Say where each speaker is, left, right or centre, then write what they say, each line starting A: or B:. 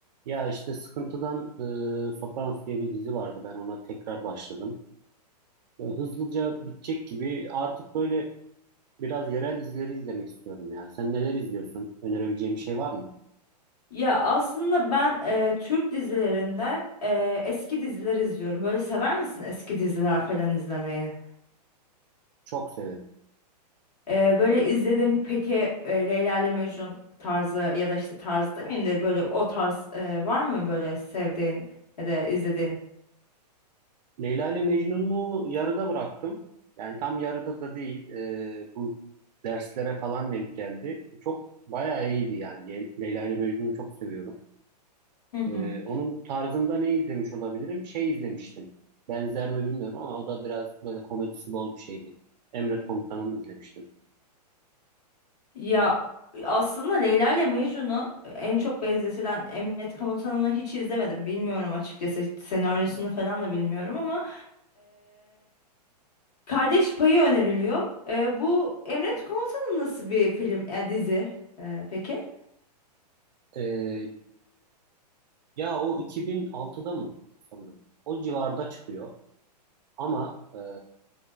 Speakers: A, on the right; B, on the left.
A: Ya işte Sıkıntı'dan e, Sopranos diye bir dizi vardı. Ben ona tekrar başladım. E, hızlıca bitecek gibi artık böyle biraz yerel dizileri izlemek istiyorum ya. Sen neler izliyorsun? Önerebileceğim bir şey var mı?
B: Ya aslında ben e, Türk dizilerinde e, eski diziler izliyorum. Böyle sever misin eski diziler falan izlemeyi?
A: Çok severim.
B: E, böyle izledim peki e, Leyla ile Mecnun tarzı ya da işte tarzı demeyeyim de böyle o tarz e, var mı böyle sevdiğin ya da izlediğin?
A: Leyla ile Mecnun'u yarıda bıraktım. Yani tam yarıda da değil. E, bu derslere falan denk geldi. Çok bayağı iyiydi yani. Ye- Leyla ile Mecnun'u çok seviyorum.
B: Hı hı.
A: Ee, onun tarzında ne izlemiş olabilirim? Şey izlemiştim. Benzer mi bilmiyorum ama o da biraz böyle komedisi bol bir şeydi. Emret Komutanım izlemiştim.
B: Ya aslında Leyla ile Mecnun'u en çok benzetilen Emret Komutanım'ı hiç izlemedim. Bilmiyorum açıkçası hiç senaryosunu falan da bilmiyorum ama Kardeş Payı öneriliyor. Ee, bu Emret Komutan'ın nasıl bir film, e, dizi e, peki?
A: Ee, ya o 2006'da mı sanırım? O civarda çıkıyor ama e,